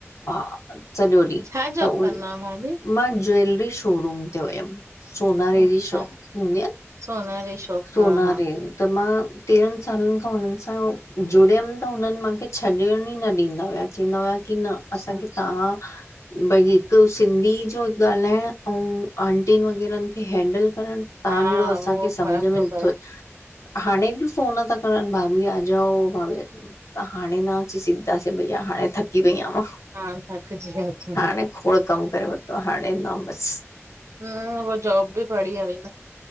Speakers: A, on the left; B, on the right.
A: हा सॼो ॾींहुं
B: छा जॉब
A: त उ
B: कंदा आयो भाभी?
A: मां ज्वैेलरी शोरूम ते हुयमि सोनारे
B: अच्छा,
A: जी शॉप हूंदी आहे न
B: सोनारी शॉप
A: सोनारे
B: हा हा
A: जी त मां तेरहं सालनि खां हुननि सां जुड़ियमि त हुननि मूंखे छॾण ही न ॾींदा हुया चवंदा हुआ की न
B: अच्छा।
A: असांखे तव्हां भई हिकु सिंधी जो ॻाल्हाइण ऐं आंटियुनि वग़ैरनि खे हैंडल करणु तव्हां
B: हा
A: जहिड़ो असांखे
B: उहो
A: सम्झ
B: फ़र्क
A: में
B: थो
A: नथो
B: पए,
A: अचे हाणे बि फ़ोन ता करेन करेन भाभी आ जाओ भाभी त त हाणे न अची सघिंदासीं भईया हाणे थकी पई आहियां मां
B: हा थक जी <unintelligible>
A: हाणे खोड़ कमु करे वरितो हाणे न बस‌
B: हम हू जॉब बि बढिया हुई न